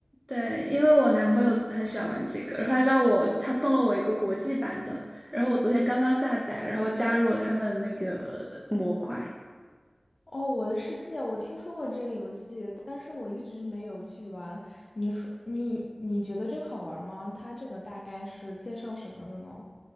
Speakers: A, in the centre; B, on the left.
A: 对，因为我男朋友很喜欢玩这个，然后他让我他送了我一个国际版的，然后我昨天刚刚下载，然后加入了他们那个模块。
B: 哦，我的世界，我听说过这个游戏，但是我一直没有去玩。你说你你觉得这个好玩吗？它这个大概是介绍什么的呢？